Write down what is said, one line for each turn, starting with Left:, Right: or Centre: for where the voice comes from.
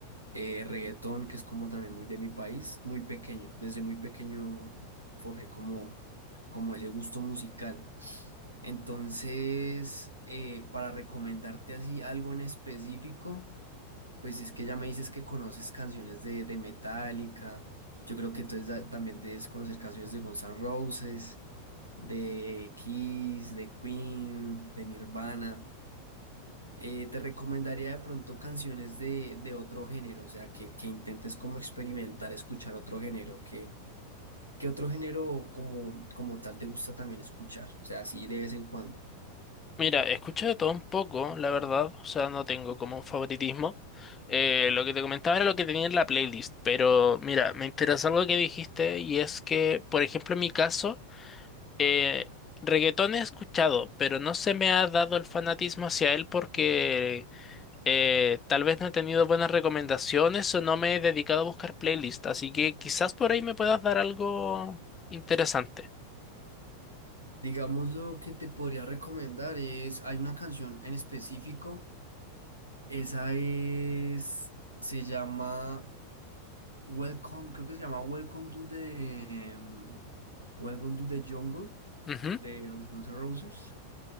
Right: eh, reggaetón, que es como también muy de mi país, muy pequeño. Desde muy pequeño forjé como, como ese gusto musical. Entonces, eh, para recomendarte así algo en específico, pues es que ya me dices que conoces canciones de, de Metallica. Yo creo que entonces da- también debes conocer canciones de Guns N' Roses, de Kiss, de Queen, de Nirvana eh, te recomendaría de pronto canciones de, de otro género, o sea, que, que intentes como experimentar, escuchar otro género, que, que otro género como, como tal te gusta también escuchar, o sea, así de vez en cuando.
Left: Mira, escucho de todo un poco, la verdad, o sea, no tengo como un favoritismo. Eh, lo que te comentaba era lo que tenía en la playlist, pero mira, me interesa algo que dijiste y es que, por ejemplo, en mi caso, eh, reggaetón he escuchado, pero no se me ha dado el fanatismo hacia él porque Eh, tal vez no he tenido buenas recomendaciones o no me he dedicado a buscar playlists, así que quizás por ahí me puedas dar algo interesante.
Right: Digamos, lo que te podría recomendar es, hay una canción en específico, esa es, se llama Welcome, creo que se llama Welcome to the, em, Welcome to the Jungle
Left: Ujú,
Right: de los Guns N' Roses.